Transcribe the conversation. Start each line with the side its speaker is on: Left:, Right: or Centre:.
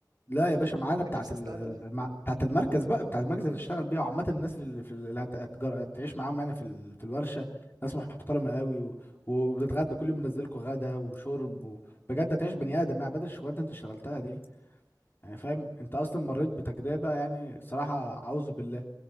Left: لا يا باشا معانا بتاعت
Right: كان نفسي
Left: ال...
Right: استعملها
Left: مع- بتاعت المركز بقى بتاعت المركز اللي هتشتغل بيها وعامة الناس اللي في ال- اللي هت- هتجر... هتعيش معاهم يعني في ال... في الورشة ناس محترمة قوي و... وبتتغدى كل يوم منزلكوا غدا وشرب و... بجد هتعيش بني آدم يعني بدل الشغلات اللي انت اشتغلتها دي يعني فاهم انت اصلا مريت بتجربة يعني صراحة اعوذ بالله